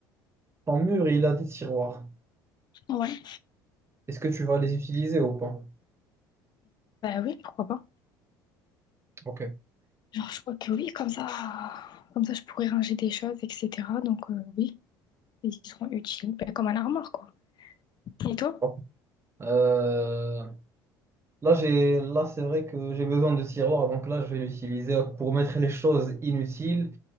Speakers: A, on the right; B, on the left.
A: Ton mur, il a des tiroirs.
B: Ouais.
A: Est-ce que tu vas les utiliser ou pas?
B: Bah oui, pourquoi pas.
A: Ok.
B: Genre, je crois que oui, comme ça, comme ça, je pourrais ranger des choses, etc. Donc euh, oui, ils seront utiles. Bah, comme un armoire, quoi. Et toi?
A: Bon. Euh, là, j'ai, là, c'est vrai que j'ai besoin de tiroir, donc là, je vais l'utiliser pour mettre les choses inutiles,